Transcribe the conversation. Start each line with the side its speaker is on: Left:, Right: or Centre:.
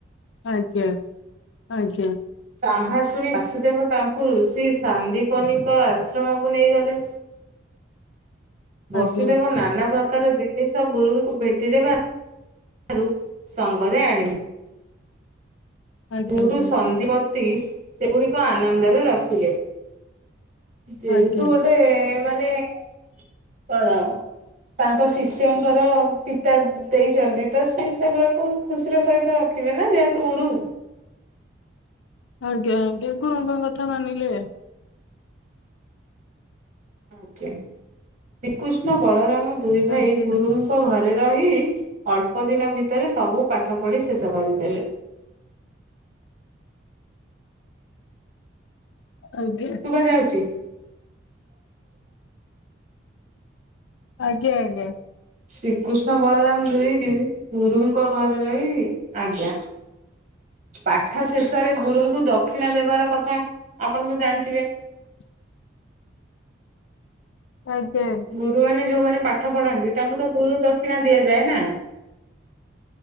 Left: ଆଜ୍ଞା ଆଜ୍ଞା।
Right: ତାହା ଶୁଣି ବାସୁଦେବ ତାଙ୍କୁ ଋଷି ସାନ୍ଦିପନୀଙ୍କ ଆଶ୍ରମକୁ ନେଇଗଲେ। ବସୁଦେବ
Left: ଆଜ୍ଞା
Right: ନାନା ପ୍ରକାର ଜିନିଷ ଗୁରୁଙ୍କୁ ଭେଟି ଦେବା ଠାରୁ ସଙ୍ଗରେ ଆଣିଲେ।
Left: ଆଜ୍ଞା
Right: ଗୁରୁ
Left: ଆଜ୍ଞା।
Right: ସନ୍ଦପତି ସେଗୁଡିକ ଆନନ୍ଦରେ ରଖିଲେ। ଯେହେତୁ
Left: ଆଜ୍ଞା
Right: ଗୋଟେ ମାନେ କଣ?
Left: ଁ
Right: ତାଙ୍କ ଶିଷ୍ୟଙ୍କର ପିତା ଦେଇଛନ୍ତି, ତ ସେ ସେଗୁଡ଼ାକୁ ଖୁସିର ସହିତ ରଖିବେ ନା। ଯେହେତୁ ଗୁରୁ।
Left: <inaudible> ଆଜ୍ଞା, ଆଜ୍ଞା ଗୁରୁଙ୍କ କଥା ମାନିଲେ।
Right: ଆଜ୍ଞା, ଶ୍ରୀକୃଷ୍ଣ ବଳରାମ ଦୁଇ ଭାଇ
Left: ଆଜ୍ଞା
Right: ଗୁରୁଙ୍କ ଘରେ ରେ ରହି ଅଳ୍ପ ଦିନ ଭିତରେ ସବୁ ପାଠ ପଢି ଶେଷ କରିଦେଲେ।
Left: <inaudible> ଆଜ୍ଞା।
Right: ଶୁଭା ଯାଉଛି।
Left: ଆଜ୍ଞା ଆଜ୍ଞା।
Right: ଶ୍ରୀକୃଷ୍ଣ ବଳରାମ ଦୁଇ ଗୁରୁଙ୍କ ଘରେ ରହି ଆଜ୍ଞା ପାଠଶେଷରେ ଗୁରୁଙ୍କୁ ଦକ୍ଷିଣା ଦେବାର କଥା ଆପଣ ତ ଜାଣିଥିବେ।
Left: <inaudible> ଆଜ୍ଞା
Right: ଗୁରୁମାନେ ଯୋଉମାନେ ପାଠପଢାନ୍ତି ତାଙ୍କୁ ତ ଗୁରୁ ଦକ୍ଷିଣା ଦିଆଯାଏ ନା।